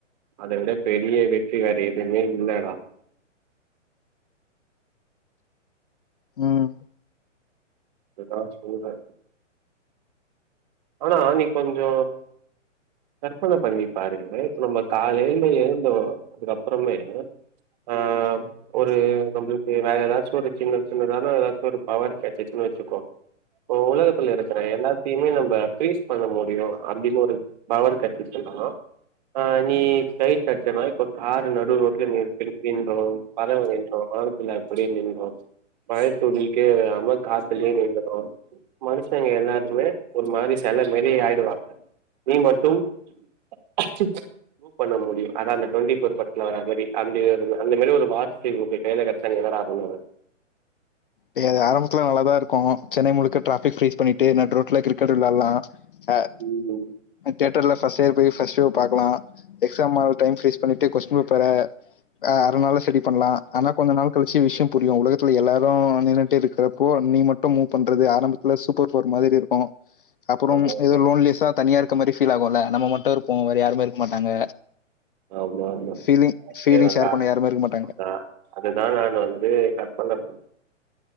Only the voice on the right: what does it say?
அத விட பெரிய வெற்றி வேற எதுவுமே இல்லடா
அதுதா சொல்றே ஆனா நீ கொஞ்சொ கற்பன பண்ணி பாருங்க இப்ப நம்ம காலையில எழுதோ அதுக்கப்புறமே ஆ ஒரு நம்மளுக்கு வேற ஏதாச்சு ஒரு சின்ன சின்னதானா ஏதாச்சு ஒரு பவர் கெடச்சிசின்னு வச்சுக்கோ ஓ உலகத்துல இருக்கிற எல்லாத்தையுமே நம்ப கிரீஸ் பண்ண முடியும் அப்டின்னு ஒரு பவர் கெடச்சுச்சுன்னா ஆ நீ கை தட்டுனா இப்போ கார் நடுரோட்ல நிற் நிற்கின்றோம் பரவ நின்று வானத்துல அப்படியே நின்று மழைத்துளிக்கேம காத்துலே நின்னுரு மனுஷங்க எல்லாருமே ஒரு மாரி செல மாரி ஆயிடுவாங்க நீ மட்டும் அச்சச் மூவ் பண்ண முடியும் அத அந்த டொண்டிஃபோர் படத்துல வர மாதிரி அந்த அந்த மாரி ஒரு வாட்ச் இப்போ கையில கெ <unintelligible>
ம்
ஆமாமா.
ஆமாமா.
ஏன்னா
அதான். அதுதான் நான் வந்து கற்பனப்